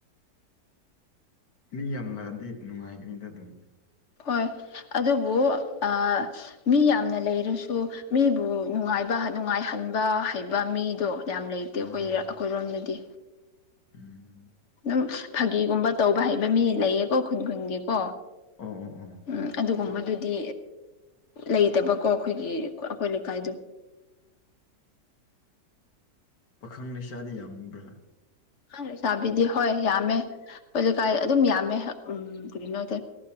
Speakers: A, on the left; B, on the left.
A: ꯃꯤ ꯌꯥꯝ ꯂꯛꯑꯗꯤ ꯅꯨꯡꯉꯥꯏꯒꯅꯤꯗ ꯑꯗꯨꯝ
B: ꯍꯣꯏ ꯑꯗꯨꯕꯨ ꯑ ꯃꯤ ꯌꯥꯝꯅ ꯂꯩꯔꯁꯨ ꯃꯤꯕꯨ ꯅꯨꯡꯉꯥꯏꯕ ꯅꯨꯡꯉꯥꯏꯍꯟꯕ ꯍꯩꯕ ꯃꯤꯗꯣ ꯌꯥꯝ ꯂꯩ ꯇꯦ ꯑꯩꯈꯣꯏꯔ
A: ꯑꯣ
B: ꯑꯈꯣꯏꯔꯣꯝꯗꯗꯤ
A: ꯎꯝ
B: ꯁꯨꯝ ꯐꯥꯒꯤꯒꯨꯝꯕ ꯇꯧꯕ ꯍꯩꯕ ꯃꯤ ꯂꯩꯌꯦꯀꯣ ꯈꯨꯟ ꯈꯨꯟꯒꯤꯀꯣ
A: ꯑꯣ ꯑꯣ ꯑꯣ
B: ꯎꯝ ꯑꯗꯨꯒꯨꯝꯕꯗꯨꯗꯤ ꯂꯩꯇꯕꯀꯣ ꯑꯩꯈꯣꯏꯒꯤ ꯑꯩꯈꯣꯏ ꯂꯩꯀꯥꯏꯗꯣ
A: ꯄꯥꯈꯪ ꯂꯩꯁꯥꯗꯤ ꯌꯥꯝꯕ꯭ꯔꯥ
B: ꯄꯥꯈꯪ ꯂꯩꯁꯥꯕꯤꯗꯤ ꯍꯣꯏ ꯌꯥꯝꯃꯦ ꯑꯈꯣꯏ ꯂꯩꯀꯥꯏ ꯑꯗꯨꯝ ꯌꯥꯝꯃꯦ ꯎꯝ ꯀꯔꯤꯅꯣ